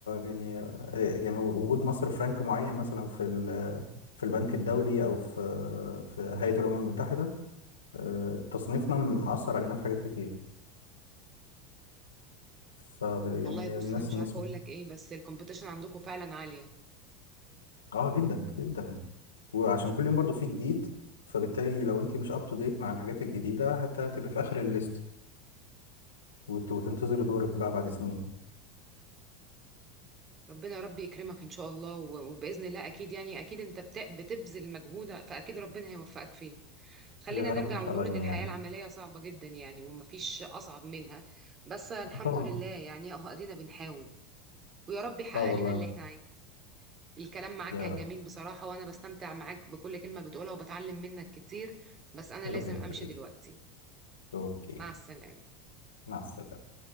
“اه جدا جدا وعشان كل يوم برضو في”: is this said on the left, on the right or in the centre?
Left